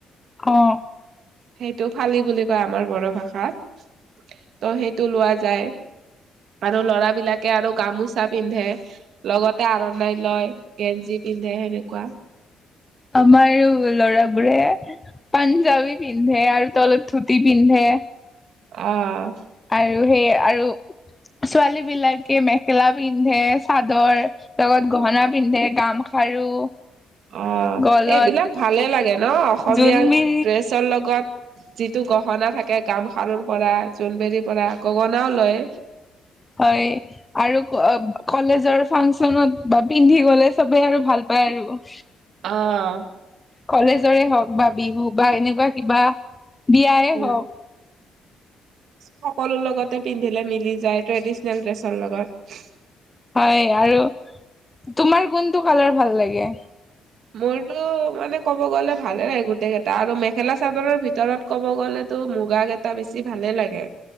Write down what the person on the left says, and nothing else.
অহ
আমাৰ ল'ৰাবোৰে পাঞ্জাবী পিন্ধে আৰু তলত ধুতি পিন্ধে।
আৰু সেই আৰু ছোৱালী বিলাকে মেখেলা পিন্ধে চাদ চাদৰ লগত গহনা পিন্ধে গামখাৰু
গলত
জোনবিৰি
হয়, আৰু কলেজৰ ফাংচন ফাঞ্চনত বা পিন্ধি গ'লে সবে আৰু ভাল পায় আহিব।
কলেজৰে হওক বা বিহু বা এনেকুৱা কিবা বিয়াই
হওক
হয় আৰু তোমাৰ কোনটো কালাৰ ভাল লাগে?